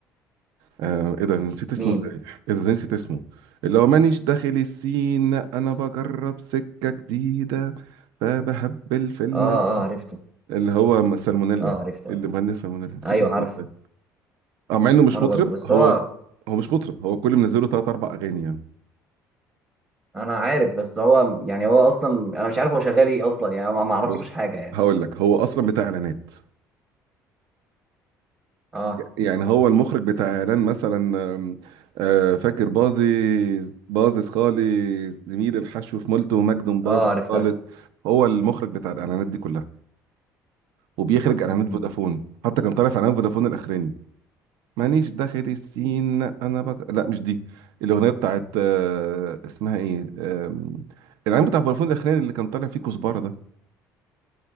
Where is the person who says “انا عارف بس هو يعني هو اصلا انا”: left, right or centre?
Right